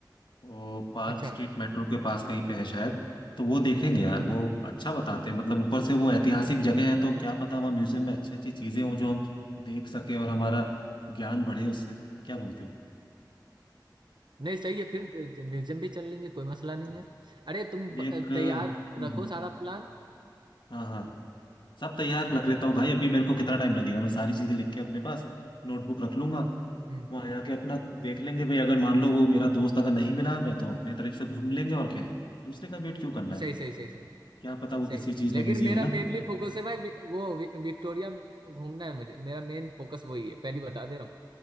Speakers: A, on the left; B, on the right.
A: वो पार्क
B: अच्छा
A: स्ट्रीट मेट्रो के पास कहीं पे है शायद तो वो देखेंगे यार
B: हम्म
A: वो अच्छा बताते हैं मतलब ऊपर से वो ऐतिहासिक जगह है तो क्या पता वहाँ म्यूजियम में अच्छी अच्छी चीजें हों जो हम देख सकें और हमारा ज्ञान बढ़े उससे क्या बोलते हो
B: नहीं सही है फिर म्यूजियम भी चल लेंगे कोई मसला नहीं
A: हाँ।
B: है अरे
A: फिर
B: तुम ब-
A: एक
B: तैयार
A: हम्म,
B: रखो सारा प्लान
A: हाँ हाँ सब तैयार
B: हाँ,
A: रख लेता हूँ भाई अभी मेरे को कितना टाइम लगेगा मैं सारी चीजें लिख के अपने पास नोटबुक रख लूंगा
B: हम्म
A: वहां जाके अपना देख लेंगे भाई अगर मान लो वो मेरा दोस्त अगर नहीं मिला हमें तो अपने तरफ से घूम लेंगे और क्या है दूसरे का वेट क्यों करना
B: सही
A: है
B: सही सही सही
A: क्या पता वो
B: सही
A: किसी चीज
B: लेकिन
A: में बिजी
B: मेरा
A: हो ना
B: मेनली फोकस है भाई वि- वो वि- विक्टोरिया घूमना है मुझे मेरा मेन फोकस वही है पहली बता दे रहा हूँ